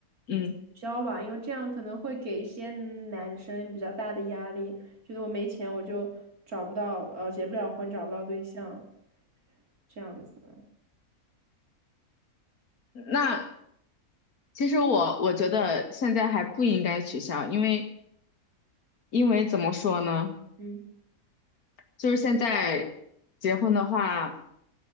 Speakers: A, on the left; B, on the right.
A: 嗯，
B: 取消吧，因为这样可能会给一些男生比较大的压力，觉得我没钱我就找不到，呃，结不了婚，找不到对象，这样子。
A: 那其实我我觉得现在还不应该取消，因为因为怎么说呢，
B: 嗯
A: 就是现在结婚的话，